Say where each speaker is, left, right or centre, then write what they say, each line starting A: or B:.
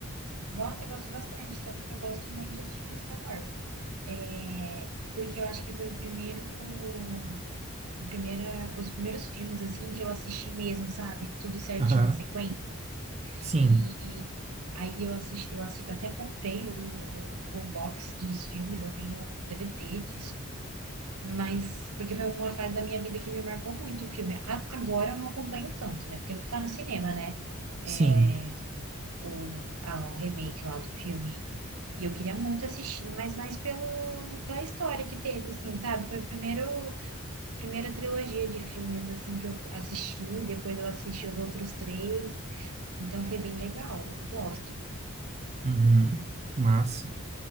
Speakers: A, on the right (about 80°); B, on the right (about 30°).
A: gosto e gosto bastante, tanto que eu gosto muito de Star Wars. É, porque eu acho que foi o primeiro, a primeira, os primeiros filmes assim que eu assisti mesmo, sabe? Tudo certinho,
B: Aham,
A: a sequência.
B: Sim,
A: E aí eu assisti, eu assisti, eu até comprei o, o box dos filmes, eu tenho o DVD disso. Mas, porque foi uma fase da minha vida que me marcou muito o filme. A- Agora eu não acompanho tanto, né? Porque não tá no cinema, né?
B: sim.
A: É, O, ah, o remake lá do filme. E eu queria muito assistir, mas mais pelo, pela história que teve, assim, sabe? Foi a primeiro, primeira trilogia de filmes, assim, que eu assisti. Depois eu assisti os outros três. Então foi bem legal. Eu gosto.
B: Uhum, massa.